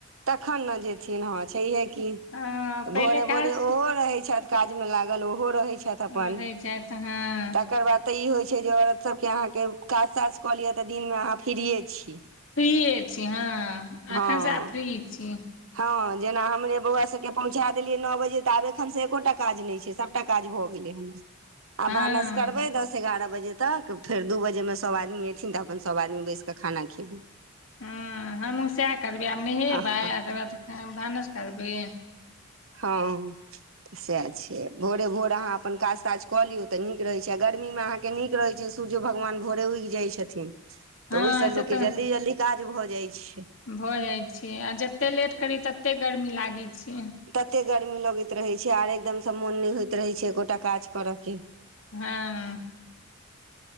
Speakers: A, on the right; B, on the left.
A: तखन न जेथिन हँ छैहे की
B: हँ पहिले
A: भोरे
B: काज
A: भोरे ओहो रहै छथि काज मे लागल ओहो रहै छथि अपन
B: रहै छथि हँ
A: तकर बाद तऽ ई होय छै जे औरत सब के अहाँ के काज ताज कऽ लि तऽ दिन मे अहाँ फ्रिये छी
B: फ्रीए छी हँ एखन
A: हँ
B: स आब फ्री छी
A: हँ जेना हमरे बौआ सबके पहुँचा देलियै न बजे तऽ आब एखन स एकोटा काज नै छै सबटा काज भऽ गेलय आब
B: हँ
A: भानस करबय दस एगारह बजे तक फेर दू बजेमे सब आदमी एथिन तऽ अपन सब आदमी बैस कऽ खाना खेबै
B: हूँ हमहूँ सएह करबय आब नहेबाय
A: अहाँ
B: तकर बाद भानस करबैय
A: हँ सएह छियै भोरे भोर अहाँ अपन काज ताज कऽ लियौ तऽ नीक रहैत छै आ गर्मीमे अहाँके नीक रहैत छै सूरजो भगवान भोरे उगि जाइ छथिन तऽ
B: हँ
A: ओहिस
B: से
A: लोक
B: तऽ
A: के जल्दी जल्दी काज भऽ जाइ छै
B: भऽ जाइ छै आ जते लेट करी तते गर्मी लागै छै
A: तते गर्मी लगैत रहै छै आर एकदमसँ मोन नहि होइत रहै छै एकोटा काज करऽ के
B: हँ